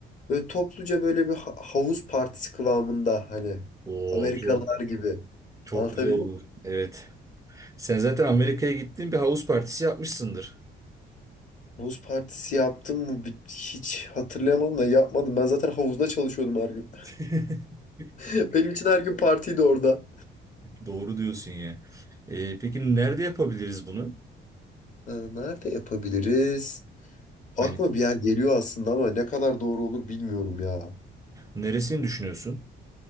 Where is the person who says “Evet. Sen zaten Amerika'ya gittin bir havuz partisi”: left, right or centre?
Right